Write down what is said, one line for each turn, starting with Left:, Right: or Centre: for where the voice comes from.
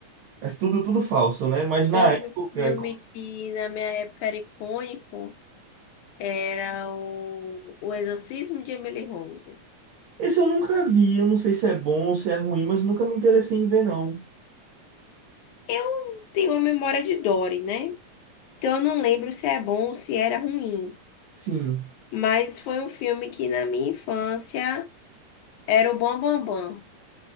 Right: Mas tudo, tudo falso, né? Mas na
Left: Outro
Right: época.
Left: filme que na minha época era icônico era o, o Exorcismo de Emily Rose.
Right: Esse eu nunca vi, eu não sei se é bom ou se é ruim, mas nunca me interessei em ver, não.
Left: Eu tenho uma memória de Dory, né? Então eu não lembro se é bom ou se era ruim.
Right: Sim.
Left: Mas foi um filme que na minha infância era o Bam Bam Bam.